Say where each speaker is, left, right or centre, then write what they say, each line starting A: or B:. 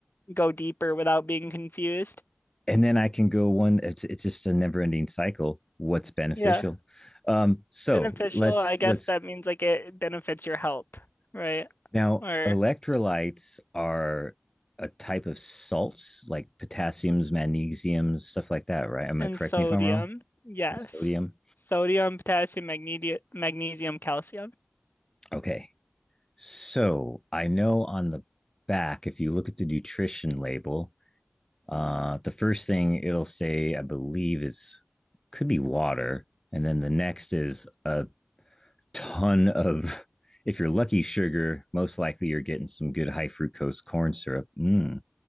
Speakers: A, on the left; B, on the left.
A: go deeper without being confused.
B: And then I can go one. It's it's just a never ending cycle. What's beneficial?
A: Yeah.
B: Um, so
A: Beneficial,
B: let's
A: I guess
B: let's
A: that means like it benefits your health, right?
B: Now,
A: Or
B: electrolytes are a type of salts like potassiums, magnesiums, stuff like that, right? Am
A: and
B: I correct
A: sodium,
B: me if I'm wrong?
A: yes.
B: Sodium.
A: Sodium, potassium, magne magnesium, calcium.
B: Okay. So I know on the back, if you look at the nutrition label, uh, the first thing it'll say, I believe, is could be water. And then the next is a ton of, <laughs> if you're lucky, sugar. Most likely you're getting some good high fructose corn syrup. Mm,